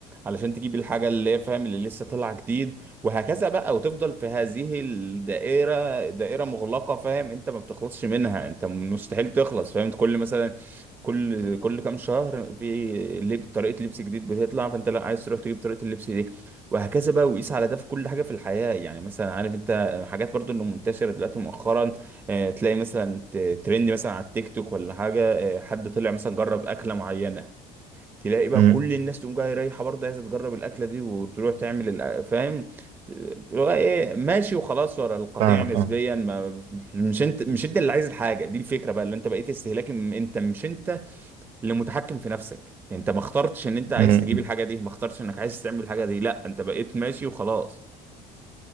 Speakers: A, on the right (about 15°); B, on the right (about 55°).
A: علشان تجيب الحاجه اللي هي فاهم اللي لسه طالعه جديد وهكذا بقى وتفضل في هذه الدائره دائره مغلقه فاهم انت ما بتخلصش منها انت مستحيل تخلص فاهم كل مثلا كل كل كام شهر في لب- طريقة لبس جديد بتطلع فانت لا عايز تروح تجيب طريقة اللبس دي وهكذا بقى وقيس على ده في كل حاجة في الحياة يعني مثلا عارف انت حاجات برضو اللي منتشرة دلوقتي مؤخرا آه، تلاقي مثلا ت- ترند مثلا على التيك توك ولا حاجة آه، حد طلع مثلا جرب أكلة معينة تلاقي بقى
B: امم،
A: كل الناس تقوم جاية رايحة برضه عايزة تجرب الأكلة دي وتروح تعمل الأ- فاهم تبقى ايه ماشي وخلاص ورا القطيع
B: فاهمك
A: نسبيا
B: اه
A: ما مش انت مش انت اللي عايز الحاجه دي الفكره بقى اللي انت بقيت استهلاكي م- انت مش انت لمتحكم في نفسك يعني انت ما اخترتش ان انت عايز
B: امم امم
A: تجيب الحاجه دي ما اخترتش انك عايز تعمل الحاجه دي لا انت بقيت ماشي وخلاص